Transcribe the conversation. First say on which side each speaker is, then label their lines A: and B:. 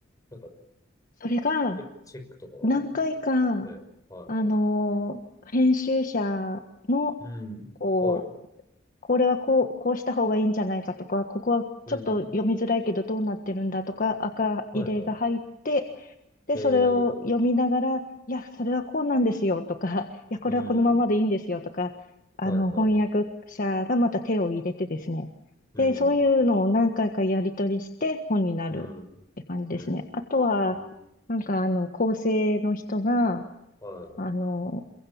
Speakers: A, on the left; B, on the left.
A: なんか、
B: それが、
A: え、チェックとかがあるんですよね。
B: 何回か、
A: ええ、はい。
B: あのー編集者の、
A: うん。
B: こう、
A: はい。
B: これはこう、こうした方がいいんじゃないかとか、ここはちょっと読みづらいけどどうなってるんだとか、
A: うん。
B: 赤入れが入って、
A: はいは
B: で、
A: い。
B: それを読みながら、
A: ええ、
B: いや、それはこうなんですよとか、いや、これはこのままでいいんですよとか、
A: うん。
B: あの、
A: はいはいはい。
B: 翻訳者がまた手を入れてですね。
A: うん。
B: で、そういうのを何回かやり取りして本になるって感じですね。
A: うん。う
B: あとは、
A: ーん。
B: なんかあの、構成の人が、
A: はい。
B: あの、